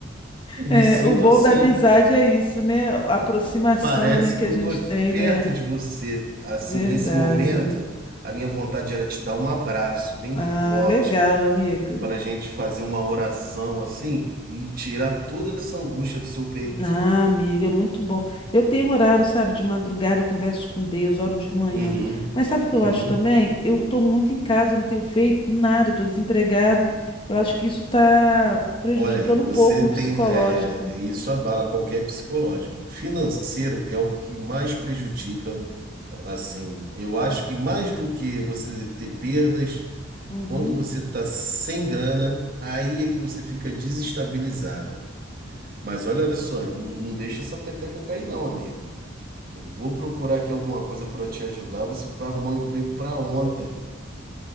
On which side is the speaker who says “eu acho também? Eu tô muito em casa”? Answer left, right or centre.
Left